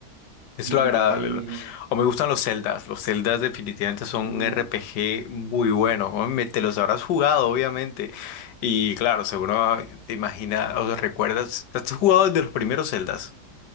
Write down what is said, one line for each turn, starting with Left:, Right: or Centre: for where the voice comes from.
Left: es
Right: Mario
Left: lo agradable.
Right: Tennis.
Left: lo- O me gustan los Zeldas, los Zeldas definitivamente son
Right: Uf.
Left: un RPG muy bueno, ¿no? Me- te los habrás jugado, obviamente, y claro, seguro te imaginas, o recuerdas, ¿has jugado desde los primeros Zeldas?